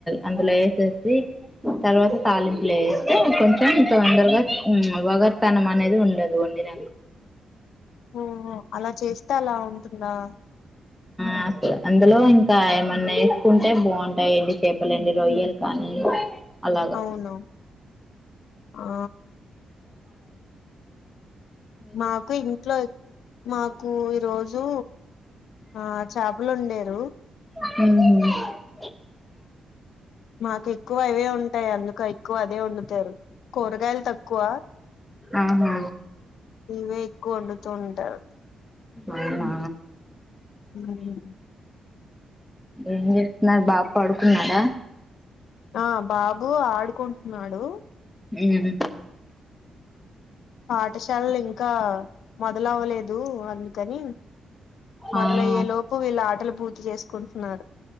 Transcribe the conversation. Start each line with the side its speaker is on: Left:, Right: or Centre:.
Centre: అందులో ఏసేసి తర్వాత తాలింపులు ఏస్తే కొంచెం తొందరగా వగర్ తనం అనేది ఉండదు వండిన
Left: ఓహో అలా చేస్తే అలా ఉంటుందా
Centre: ఆ అందులో ఇంకా ఏమన్నా ఏసుకుంటే బోంటాయండి చేపలు ఎండు రొయ్యలు కానీ అలాగ
Left: అవును ఆ మాకు ఇంట్లో మాకు ఈ రోజూ ఆ చేపలు ఒండేరు
Centre: మ్మ్ హ్మ్
Left: మాక్కెక్కువ అవే ఉంటాయ్ అందుకే ఎక్కువ అదే ఒండుతారు కూరగాయలు తక్కువ
Centre: ఆహా
Left: ఇవే ఎక్కుఒండుతుంటారు
Centre: అవునా
Left: ఉమ్
Centre: ఏం జేస్తున్నారు బాబు పడుకున్నాడా
Left: ఆ బాబు ఆడుకుంటున్నాడు
Centre: మ్మ్
Left: పాఠశాలలు ఇంకా మొదలవ్వలేదు అందుకని మొదలయ్యేలోపు
Centre: ఆ
Left: వీళ్ళ ఆటలు పూర్తి చేసుకుంటున్నారు.